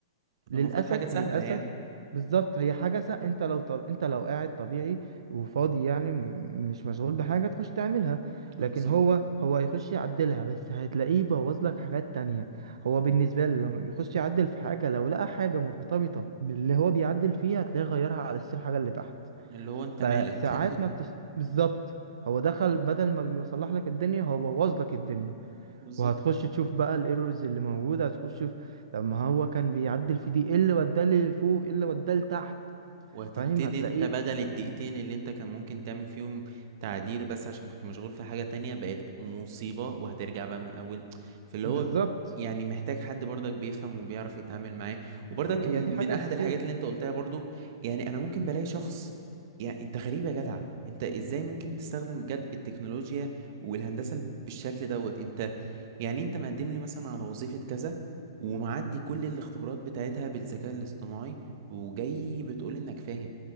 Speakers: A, on the right; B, on the right.
A: للأسف
B: المفروض حاجة سهلة
A: للأسف
B: يعني
A: بالظبط هي حاجة سا... انت لو طب... انت لو قاعد طبيعي وفاضي يعني م- مش مشغول بحاجة تخش تعملها
B: اه
A: لكن
B: بالظبط
A: هو هو هيخش يعدلها بس هتلاقيه بوظ لك حاجات تانية هو بالنسبة له لما بيخش يعدل في حاجة لو لقى حاجة مرتبطة باللي هو بيعدل فيها هتلاقيه غيرها على أساس الحاجة اللي تحت
B: اللي هو انت
A: فساعات
B: مالك <laughs>
A: ما بتش... بالظبط هو دخل بدل ما بيصلح لك الدنيا هو بوظ لك الدنيا
B: بالظبط
A: وهتخش تشوف بقى الايرورز اللي موجوده هتخش تشوف طب ما هو كان بيعدل في دي ايه اللي وداه لفوق ايه اللي وداه لتحت
B: وهتبتدي
A: فاهم هتلاقيه
B: انت بدل الدقيقتين اللي انت كان ممكن تعمل فيهم تعديل بس عشان كنت مشغول في حاجة تانية بقت مصيبة وهترجع بقى من اول فاللي
A: بالظبط
B: هو يعني محتاج حد برضك بيفهم وبيعرف يتعامل معاه وبرضك
A: هي
B: من
A: دي حاجه
B: من احد
A: اساسيه
B: الحاجات اللي انت قلتها برضو يعني انا ممكن بلاقي شخص يعني انت غريب يا جدع انت ازاي ممكن تستخدم بجد التكنولوجيا والهندسة بالشكل دوت انت يعني انت مقدم لي مثلا على وظيفة كذا ومعدي كل الاختبارات بتاعتها بالذكاء الاصطناعي وجاي بتقول انك فاهم